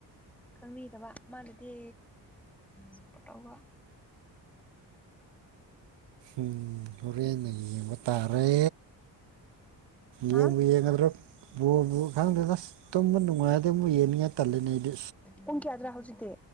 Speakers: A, in the centre; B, on the right.
A: ꯈꯪꯕꯤꯗꯕ ꯃꯥꯅꯗꯤ ꯁꯞꯄꯣꯔꯠ ꯇꯧꯕ
B: ꯎꯝ ꯍꯣꯔꯦꯟꯅ ꯌꯦꯡꯕ ꯇꯥꯔꯦ
A: ꯍꯥ
B: ꯌꯦꯡꯕꯨ ꯌꯦꯡꯒꯗ꯭ꯔꯣ ꯕ‌ꯣꯜꯕꯨ ꯈꯪꯗ꯭ꯔꯦꯗ ꯇꯨꯝꯕ ꯅꯨꯡꯉꯥꯏꯔꯗꯤ ꯑꯃꯨ ꯌꯦꯅꯤꯡꯅꯤꯉꯥꯏ ꯇꯜꯂꯤꯉꯩꯗꯤ
A: ꯄꯨꯡ ꯀꯌꯥꯗ꯭ꯔꯥ ꯍꯧꯖꯤꯛꯇꯤ